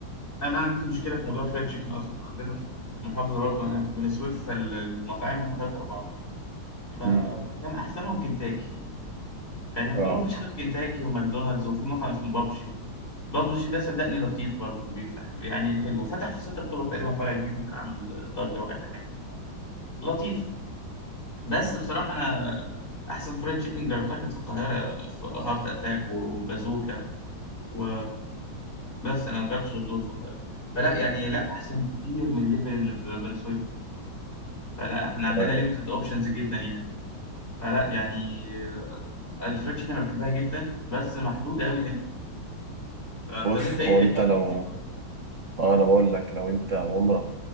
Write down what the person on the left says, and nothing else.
انا عندي مشكله في موضوع الفرايد تشيكن اصلا عندنا في محافظه برضو انا في بني سويف فالمطاعم هم ثلاثه اربعه ف...
فكان احسنهم كنتاكي فاهم
وما فيش غير كنتاكي وماكدونالدز وفي مطعم اسمه بابجي بابجي ده صدقني لطيف برضو بيفتح يعني حلو فتح في 6 اكتوبر تقريبا فرع جديد وكان عامل ضجه واعلانات وبتاع لطيف بس بصراحه انا احسن فرايد تشيكن جربتها كانت في القاهره في هارت اتاك و- وبازوكا و بس انا ما جربتش غير دول في القاهره فلا يعني لا احسن بكتير من الليفل اللي في بني سويف فلا احنا عندنا
ليميتد اوبشنز جدا يعني فلا يعني آه، الفرايد تشيكن انا بحبها جدا بس محدوده قوي هنا آه،
طب انت ايه
ايه
المطعم
المفضل